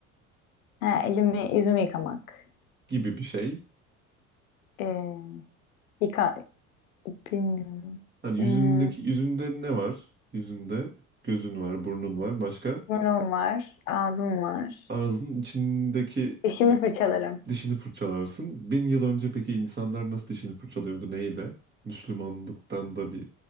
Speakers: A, on the left; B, on the right.
A: Ha, elimi yüzümü yıkamak.
B: gibi bir şey
A: Ee, yıka bilmiyorum.
B: hani
A: Hmm,
B: yüzündeki yüzünde ne var yüzünde gözün var burnun var başka
A: Burnum var, ağzım var.
B: ağzının içindeki
A: Dişimi fırçalarım.
B: dişini fırçalarsın bin yıl önce peki insanlar nasıl dişini fırçalıyordu neyle Müslümanlıktan da bir